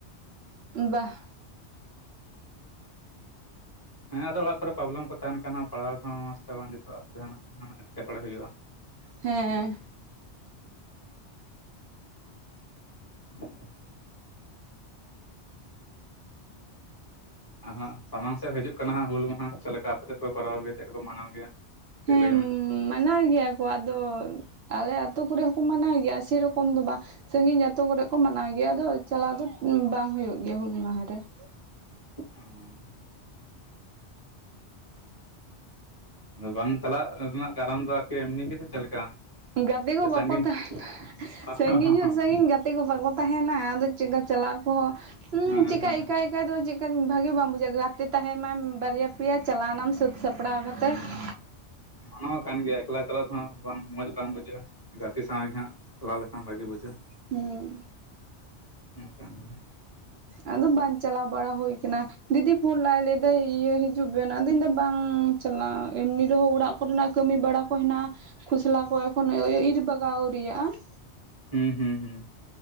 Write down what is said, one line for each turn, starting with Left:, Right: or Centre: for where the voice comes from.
Right: ᱵᱟᱜᱼᱼ
Left: ᱦᱮᱸ ᱟᱫᱚ ᱚᱲᱟᱜ ᱠᱚᱨᱮ ᱯᱨᱚᱵᱮᱞᱮᱢ ᱠᱚ ᱛᱟᱦᱮᱸᱱ ᱠᱷᱟᱱ ᱦᱚᱸ ᱯᱟᱲᱦᱟᱣ ᱦᱚᱸ ᱢᱚᱡᱽ ᱛᱮ ᱵᱟᱝ ᱡᱩᱛᱩᱜᱼᱟ ᱥᱮ ᱡᱟᱦᱟᱸ ᱱᱟᱜ ᱮᱴᱠᱮᱴᱚᱬᱮ ᱦᱩᱭᱩᱜᱼᱟ ᱾
Right: ᱦᱮᱸ ᱦᱮᱸ ᱾
Left: ᱚᱱᱟ <inaudible> ᱚᱸᱦᱚᱜ ᱥᱟᱢᱟᱝ ᱥᱮᱫ ᱦᱤᱡᱩᱜ ᱠᱟᱱᱟ ᱦᱟᱸᱜ ᱦᱩᱞ ᱢᱟᱦᱟ ᱪᱮᱫ ᱞᱮᱠᱟ ᱟᱯᱮ ᱥᱮᱫ ᱠᱚ ᱠᱚᱨᱟᱣ ᱜᱮᱭᱟ, ᱪᱮᱫ ᱠᱚᱠᱚ ᱢᱟᱱᱟᱣ ᱜᱮᱭᱟ? ᱠᱟᱹᱴᱤᱡ
Right: ᱦᱮᱸᱢ
Left: ᱞᱟᱹᱭ ᱢᱮ
Right: ᱢᱟᱜᱼᱼ ᱢᱟᱱᱟᱣ ᱜᱮᱭᱟ ᱠᱚ ᱟᱫᱚ ᱟᱞᱮ ᱟᱹᱛᱩ ᱠᱚᱨᱮ ᱦᱚᱸᱠᱚ ᱢᱟᱱᱟᱣ ᱜᱮᱭᱟ ᱥᱮᱭᱨᱚᱠᱚᱢ ᱫᱚ ᱵᱟᱝ ᱾ ᱥᱟᱺᱜᱤᱧ ᱟᱛᱩ ᱠᱚᱨᱮ ᱠᱚ ᱢᱟᱱᱟᱣ ᱜᱮᱭᱟ ᱟᱫᱚ ᱪᱟᱞᱟᱣ ᱫᱚ ᱵᱟᱝ ᱦᱩᱭᱩᱜ ᱜᱮᱭᱟ ᱦᱩᱞ ᱢᱟᱦᱟ ᱨᱮ ᱾
Left: ᱟᱨ <unintelligible> ᱟᱫᱚ ᱵᱟᱝ ᱪᱟᱞᱟᱜ ᱨᱮᱱᱟᱜ ᱠᱟᱨᱚᱱ ᱫᱚ ᱟᱨᱠᱤ ᱮᱢᱱᱤ ᱜᱮᱥᱮ ᱪᱮᱫ ᱞᱮᱠᱟ?
Right: ᱜᱟᱛᱮ
Left: ᱥᱮ
Right: ᱠᱚ
Left: ᱥᱟᱺᱜᱤᱧ
Right: ᱵᱟᱠᱚ ᱛᱟᱦᱮᱸᱱᱼᱼ
Left: ᱦᱮᱸ
Right: ᱥᱟᱺᱜᱤᱧ ᱦᱚᱸ ᱥᱟᱺᱜᱤᱧ ᱜᱟᱛᱮ ᱠᱚ ᱵᱟᱠᱚ ᱛᱟᱦᱮᱱᱟ ᱟᱫᱚ ᱪᱮᱠᱟᱹ ᱪᱟᱞᱟᱜ ᱟᱠᱚ ᱦᱚᱸ ᱾ ᱦᱩᱸ
Left: ᱦᱮᱸ
Right: ᱪᱮᱠᱟ
Left: ᱦᱮᱸ
Right: ᱮᱠᱟᱭ ᱮᱠᱟᱭ ᱫᱚ ᱪᱮᱫᱠᱟ ᱵᱷᱟᱜᱤ ᱵᱟᱢ ᱵᱩᱡᱷᱟᱹᱜᱼᱟ, ᱜᱟᱛᱮ ᱛᱟᱦᱮᱸ ᱢᱟᱭ ᱵᱟᱨᱭᱟ ᱯᱮᱭᱟ ᱪᱟᱞᱟᱣᱱᱟᱢ ᱥᱟᱹᱛᱼᱼ ᱥᱟᱯᱲᱟᱣ ᱠᱟᱛᱮ ᱾
Left: ᱚᱱᱟ ᱦᱚᱸ ᱠᱟᱱ ᱜᱮᱭᱟ ᱮᱠᱞᱟ ᱪᱟᱞᱟᱜ ᱛᱮᱦᱚᱸ ᱵᱟᱝ ᱢᱚᱸᱡᱽ ᱵᱟᱝ ᱵᱩᱡᱷᱟᱹᱜᱼᱟ ᱾ ᱜᱟᱛᱮ ᱥᱟᱶ ᱜᱮ ᱦᱟᱸᱜ ᱪᱟᱞᱟᱣ ᱞᱮᱠᱷᱟᱱ ᱵᱷᱟᱜᱤ ᱵᱩᱡᱷᱟᱹᱜᱼᱟ ᱾
Right: ᱦᱩᱸ
Left: ᱠᱟᱱ ᱜᱮ ᱾
Right: ᱟᱫᱚ ᱵᱟᱝ ᱪᱟᱞᱟᱣ ᱵᱟᱲᱟ ᱦᱩᱭ ᱟᱠᱟᱱᱟ, ᱫᱤᱫᱤ ᱯᱷᱳᱱ ᱞᱟᱜᱼᱟᱭ ᱞᱟᱹᱭ ᱮᱫᱟᱭ ᱤᱭᱟᱹᱼᱼ ᱦᱤᱡᱩᱜ ᱵᱮᱱ ᱟᱫᱚ ᱤᱧ ᱫᱚ ᱵᱟᱝ ᱪᱟᱞᱟᱜᱼᱟ, ᱮᱢᱱᱤ ᱨᱮᱦᱚᱸ ᱚᱲᱟᱜ ᱠᱚᱨᱮᱱᱟᱜ ᱠᱟᱹᱢᱤ ᱵᱟᱲᱟ ᱠᱚ ᱦᱮᱱᱟᱜᱼᱟ ᱾ ᱠᱷᱚᱥᱞᱟ ᱠᱚ ᱮᱠᱷᱚᱱ ᱤᱨᱻ ᱵᱟᱜᱟᱣ ᱟᱹᱣᱨᱤ ᱭᱟᱜᱼᱟ ᱾
Left: ᱦᱩᱸ ᱦᱩᱸ ᱦᱩᱸ ᱾